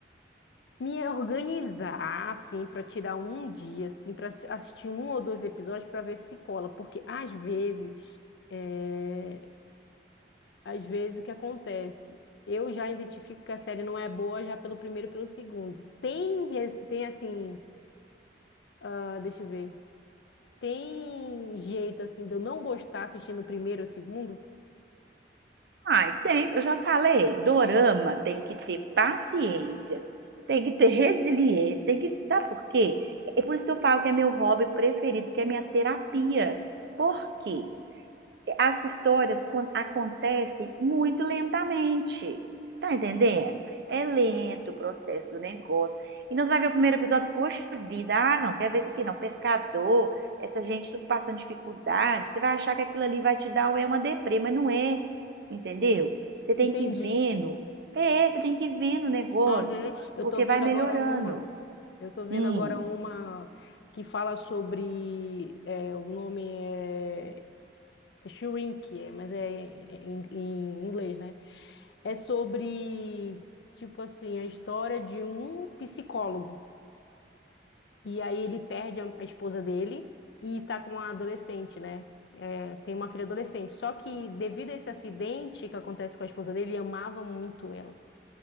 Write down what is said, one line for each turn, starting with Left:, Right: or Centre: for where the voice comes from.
Left: me organizar, assim, para tirar um dia, assim, para assistir um ou dois episódios para ver se cola. Porque às vezes, é, às vezes o que acontece? Eu já identifico que a série não é boa já pelo primeiro e pelo segundo. Tem, res- tem assim, ah, deixa eu ver. Tem jeito assim de eu não gostar assistindo o primeiro ou o segundo?
Right: Ai, tem, eu já falei, dorama tem que ter paciência, tem que ter resiliência, tem que, sabe por quê? É por isso que eu falo que é meu hobby preferido, que é minha terapia. Por quê? as histórias con- acontecem muito lentamente. Tá entendendo? É lento o processo do negócio. Então você vai ver o primeiro episódio, poxa vida, ah, não, quer ver isso aqui não, pescador, essa gente tudo passando dificuldade. Você vai achar que aquilo ali vai te dar um, é uma deprê, mas não é, entendeu? Você tem
Left: Entendi.
Right: que ir vendo. É, você tem que ir vendo o negócio,
Left: Aham. Eu
Right: porque
Left: tô vendo
Right: vai melhorando.
Left: agora uma. Eu tô vendo
Right: Hum,
Left: agora uma que fala sobre é, o nome é, é Shrink, é, mas é em, em inglês, né? É sobre tipo assim a história de um psicólogo e aí ele perde a, a esposa dele e tá com uma adolescente, né? É, tem uma filha adolescente. Só que devido a esse acidente que acontece com a esposa dele, ele amava muito ela.